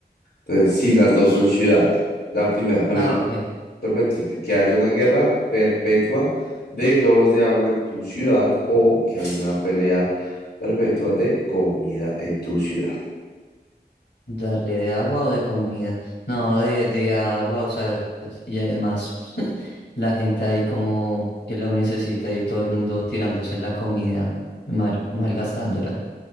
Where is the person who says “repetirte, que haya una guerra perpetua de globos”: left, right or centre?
Left